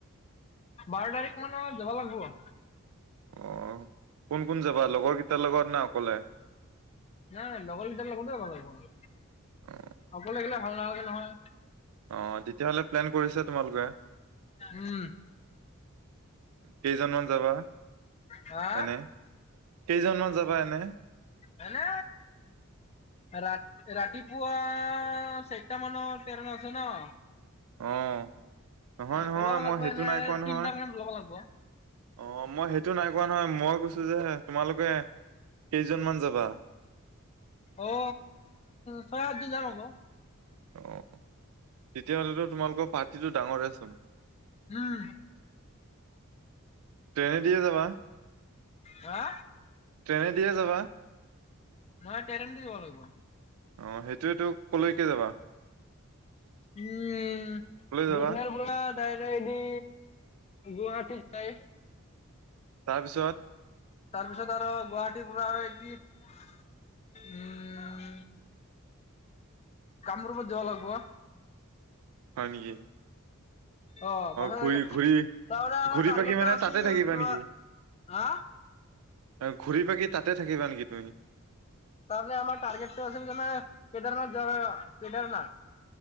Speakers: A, on the left; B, on the right.
A: বাৰ তাৰিখ মানৰ যাব লাগিব।
B: অ কোন কোন যাবা লগৰ কেইটাৰ লগৰ না অকলে?
A: নাই লগৰ কিটাৰ লগতে যাব লাগিব,
B: অ',
A: অকলে আহিলে ভাল নালাগে নহয়।
B: অ তেতিয়াহলে প্লেন কৰিছে তোমালোকে?
A: উম।
B: কেইজনমান যাবা?
A: হা
B: এনে, কেইজনমান যাবা এনে?
A: এনে ৰা -ৰাতিপুৱা চাৰিটামান তেৰ ন আছে ন?
B: অ, নহয়
A: এনে
B: নহয়
A: ওলাব
B: মই
A: লাগিব
B: সেইটো
A: এনে
B: নাই কোৱা নহয়।
A: তিনটা মানত ওলাব লাগিব
B: অ মই সেইটো নাই কোৱা নহয়, মই কৈছো যে তোমালোকে কেইজনমান যাবা?
A: অ আ ছয় - সাতজন মান হব।
B: অ তেতিয়াহ'লেতো তোমালোকৰ পাৰ্টিটো ডাঙৰেচোন।
A: উম।
B: ট্ৰেনে দিয়ে যাবা।
A: হা।
B: ট্ৰেনে দিয়ে যাবা।
A: নহয় ট্ৰেইন দি যাব লাগিব।
B: অ সেইটোয়োটো কলৈকে যাবা।
A: উম
B: কলৈ যাবা?
A: বিঘনপুৰত দাইৰেক্ট দি গুৱাহাটী যায়।
B: তাৰপিছত
A: তাৰ পিছত আৰু গুৱাহাটীৰ পৰা আৰু এ উম। কামৰূপত যাবা লাগিব।
B: হয় নেকি?
A: অ তাৰপৰা
B: ঘূৰি ঘূৰি
A: আমাৰ
B: ঘূৰি
A: টাৰ্গেট
B: পাকি মানে
A: আছিল
B: তাতে থাকিবা
A: কিবা
B: নেকি?
A: হা
B: আৰু ঘূৰি পাকি তাতে থাকিবা নেকি তুমি?
A: তাৰে আমাৰ টাৰ্গেট টো আছিল যে কেদাৰনাথ কেদাৰনাথ